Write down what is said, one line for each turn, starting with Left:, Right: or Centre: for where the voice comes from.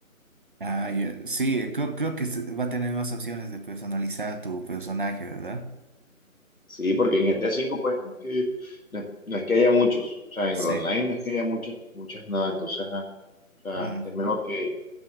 Right: Ah, ya. Sí, eh, creo, creo que se- va a tener más opciones de personalizar tu personaje, ¿verdad?
Left: Sí, porque en GTA 5 pues no es que, no, es no es que haya muchos, o sea, en
Right: Sí.
Left: el online no es que haya muchas, muchas nada, entonces, ajá, o sea,
Right: Mm.
Left: es mejor que,